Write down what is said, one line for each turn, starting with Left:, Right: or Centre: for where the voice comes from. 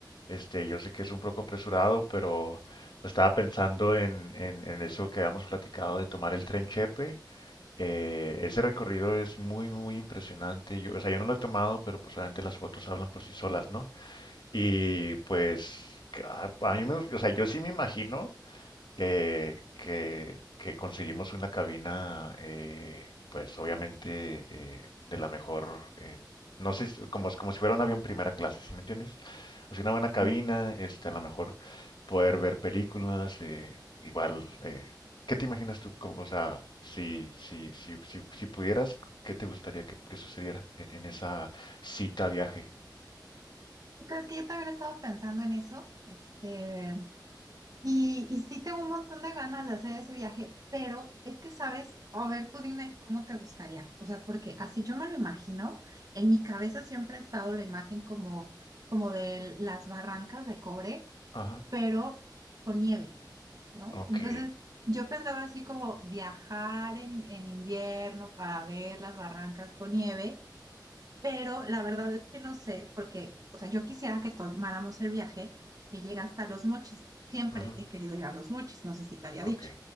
Left: Este, yo sé que es un poco apresurado, pero estaba pensando en, en, en eso que habíamos platicado de tomar el tren Chepe. Eh, ese recorrido es muy, muy impresionante. Yo, o sea, yo no lo he tomado, pero pues obviamente las fotos hablan por sí solas, ¿no? Y pues que a a mí me, o sea, yo sí me imagino eh, que, que conseguimos una cabina, eh, pues obviamente eh, de la mejor, eh, no sé, si- como, como si fuera un avión primera clase, ¿sí me entiendes? Así una buena cabina,
Right: Mm,
Left: este, a lo mejor poder ver películas, eh, igual, eh, ¿qué te imaginas tú? Cómo- o sea, si, si, si, si, si pudieras, ¿qué te gustaría que, que sucediera en, en esa cita viaje?
Right: ¿Tú crees que yo también he estado pensando en eso? Este, y, y sí tengo un montón de ganas de hacer ese viaje, pero es que sabes, a ver, tú dime cómo te gustaría. O sea, porque así yo me lo imagino, en mi cabeza siempre ha estado la imagen como, como de las barrancas de cobre,
Left: Ajá,
Right: pero con nieve, ¿no?
Left: ok,
Right: Entonces, yo pensaba así como viajar en, en invierno para ver las barrancas con nieve. Pero la verdad es que no sé, porque, o sea, yo quisiera que tomáramos el viaje que llega hasta Los Mochis. Siempre
Left: ujú,
Right: he querido ir a Los Mochis, no sé si te había
Left: ok,
Right: dicho.